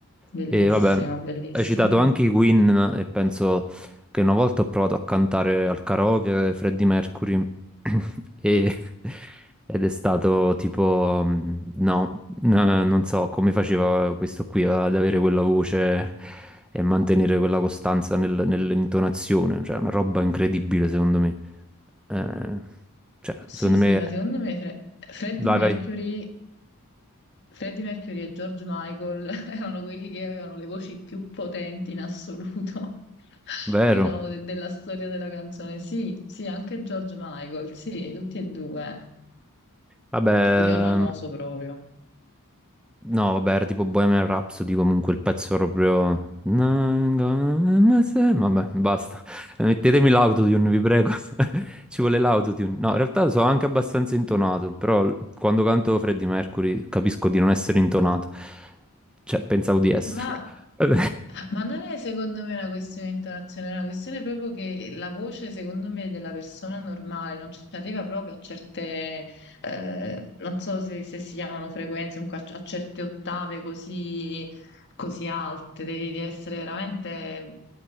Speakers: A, on the left; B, in the centre.
A: bellissimo,
B: E vabbè,
A: bellissimo.
B: hai citato anche i Queen e penso che una volta ho provato a cantare al karaoke Freddie Mercury <clears throat> <coughs> e- ed è stato tipo, mh, no, n- non so come faceva questo qui ad avere quella voce e mantenere quella costanza nel- nell'intonazione, cioè una roba incredibile secondo me. Eh, cioè,
A: Sì,
B: secondo
A: sì,
B: me,
A: ma secondo me Fre- Freddie
B: vai,
A: Mercury
B: vai,
A: Freddie Mercury e George Michael <laughs> erano quelli che avevano le voci più potenti in assoluto, <laughs>
B: vero.
A: diciamo, de- della storia della canzone. Sì, sì, anche George Michael, sì, tutti e due.
B: Vabbè,
A: Io non oso proprio.
B: no, vabbè, era tipo Bohemian Rhapsody comunque il pezzo proprio... Vabbè, basta. Eh, Mettetemi l'autotune, vi prego. <laughs> Ci vuole l'autotune. No, in realtà sono anche abbastanza intonato, però l- quando canto Freddie Mercury capisco di non essere intonato. Cioè, pensavo di esserlo.
A: Ma,
B: <laughs>
A: ma non è secondo me una questione di intonazione, è una questione proprio che la voce, secondo me, della persona normale non ci arriva proprio a certe, eh, non so se, se si chiamano frequenze, comunque a, a certe ottave così, così alte, devi, devi essere veramente